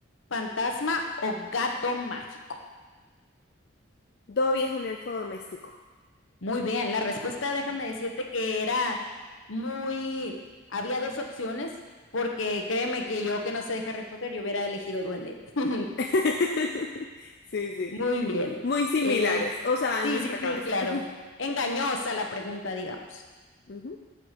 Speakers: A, on the left; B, on the left.
A: fantasma o gato mágico.
B: Dobby es un elfo doméstico.
A: Muy bien, la respuesta déjame decirte que era muy... Había dos opciones, porque créeme que yo que no sé de Harry Potter, yo hubiera elegido duende. <laughs>
B: <laughs> Sí, sí.
A: Muy bien.
B: Muy similares,
A: Es...
B: o sea,
A: Sí,
B: en nuestra
A: sí, sí,
B: cabeza.
A: claro.
B: <laughs>
A: Engañosa la pregunta, digamos.
B: Ujú.